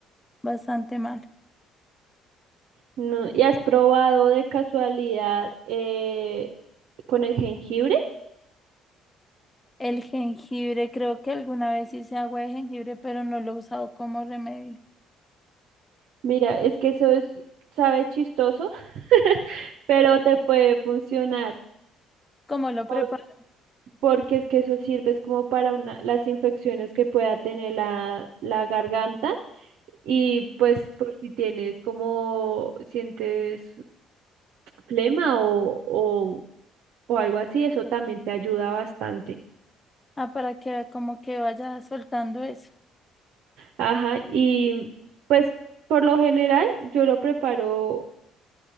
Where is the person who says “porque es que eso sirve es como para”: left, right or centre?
Right